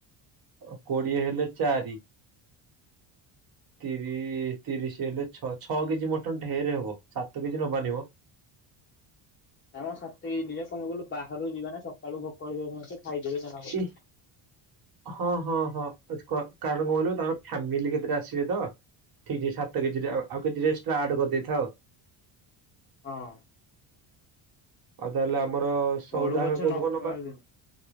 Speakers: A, on the right; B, on the left.
A: ଅ କୋଡିଏ ହେଲେ ଚାରି। ତିରିଶ ତିରିଶ ହେଲେ ଛ-ଛଅ କେଜି ମଟନ ଢେରେ ହବ ସାତ କେଜି ନବାନି ମ।
B: ନା ମ ସାତ କେଜି ନେଇଯିବା ପୁଣି କଣ କହିଲୁ ବାହାରୁ ଯିବେ ନା ସକାଳୁ ଭୋକ ହେଇଥିବ ସମସ୍ତେ ଖାଇଦେବେ ଜଣା ପଡ଼ିବନି।
A: ଇ ହଁ ହଁ ହଁ ଅଚ କ କାରଣ କଣ କହିଲୁ ତାଙ୍କର ଫ୍ୟାମିଲି କେତେଟା ଆସିବେ ତ। ଠିକ୍ ଠିକ୍ ସାତ କେଜି ରେ ଆଉ ଆଉ କେଜିଟେ ଏକ୍ସଟ୍ରା ଆଡ୍ କରିଦେଇଥା ଆଉ
B: ହଁ।
A: ଆଉ ତାହେଲେ ଆମର ସଉଦାଙ୍କ
B: ବଳୁ ଗଛ
A: କୋଉଠୁ
B: ନ
A: କ ନବା
B: ପାଇଲେ